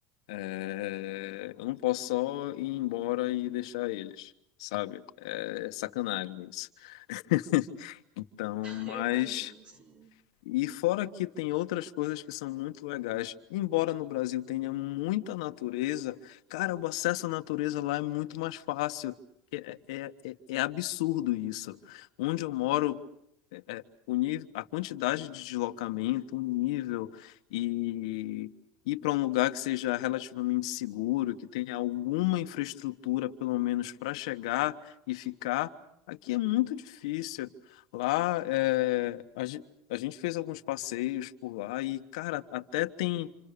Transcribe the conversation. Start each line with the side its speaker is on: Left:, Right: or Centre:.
Left: é, eu não posso só ir embora e deixar eles, sabe? É sacanagem isso. <laughs> Então, mas.
Right: eu imagino, sim.
Left: E fora que tem outras coisas que são muito legais. Embora no Brasil tenha muita natureza, cara, o acesso à natureza lá é muito mais fácil. É, é, é, é absurdo isso. Onde eu moro, é, é, o nível, a quantidade de deslocamento, o nível e ir para um lugar que seja relativamente seguro, que tenha alguma infraestrutura, pelo menos para chegar e ficar, aqui é muito difícil. Lá, é, a gen- a gente fez alguns passeios por lá e, cara, até tem.